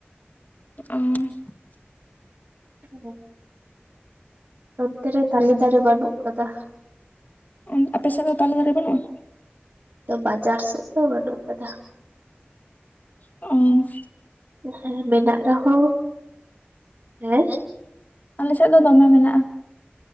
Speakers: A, on the left; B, on the right.
A: <unintelligible>
B: <inaudible> ᱱᱚᱱᱛᱮ ᱨᱮ ᱛᱟᱞᱮ ᱫᱟᱨᱮ ᱵᱟᱹᱱᱩᱜ ᱟᱠᱟᱫᱟ
A: ᱚᱱ ᱟᱯᱮ ᱥᱮᱫ ᱫᱚ ᱛᱟᱞᱮ ᱫᱟᱨᱮ ᱵᱟᱹᱱᱩᱜᱼᱟ
B: ᱛᱚ ᱵᱟᱡᱟᱨ ᱥᱮᱫ ᱫᱚ ᱵᱟᱹᱱᱩᱜ ᱟᱠᱟᱫᱟ
A: ᱚᱸᱻ
B: ᱦᱮᱸ ᱢᱮᱱᱟᱜ ᱨᱮᱦᱚᱸ ᱦᱮᱸᱼᱼ
A: ᱟᱞᱮ ᱥᱮᱫ ᱫᱚ ᱫᱚᱢᱮ ᱢᱮᱱᱟᱜᱼᱟ